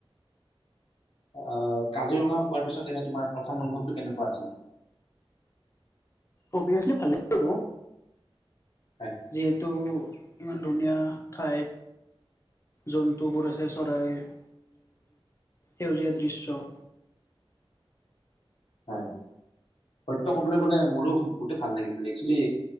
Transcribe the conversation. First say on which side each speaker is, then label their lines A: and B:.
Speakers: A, on the left; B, on the left.
A: অ', কাজিৰঙা পোৱাৰ পিছত এনে তোমাৰ প্ৰথম অনুভৱটো কেনেকুৱা আছিলে?
B: অভিয়াচলি ভালেই হব
A: হয়
B: যিহেতু ইমান ধুনীয়া ঠাই। জন্তুবোৰ আছে চৰাই <unintelligible> সেউজীয়া দৃশ্য।
A: হয়, সত্য কবলৈ গলে মোৰো বহুতে ভাল লাগিছিল একচুৱেলি